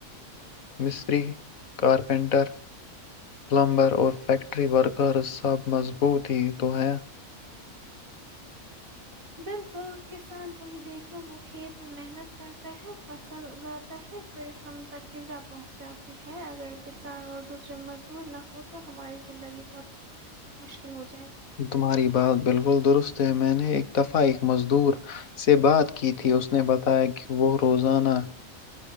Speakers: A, on the left; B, on the right.
A: مستری کارپینٹر پلمبر اور فیکٹری ورکرز سب مضبوط ہی تو ہیں
B: بالکل کسان کو ہی دیکھ لو وہ کھیت میں محنت کرتا ہے فصل اگاتا تحت پ ہم تک غذا پہنچاتی ہے اگر کسان اور دوسرے مز توورنا وہ تو ہماری زندگی بہت مشکل ہوتی
A: تمہاری بات بالکل درست میں نے ایک دفعہ ایک مزدور سے بات کی تھی اس نے بتایا کہ وہ روزانہ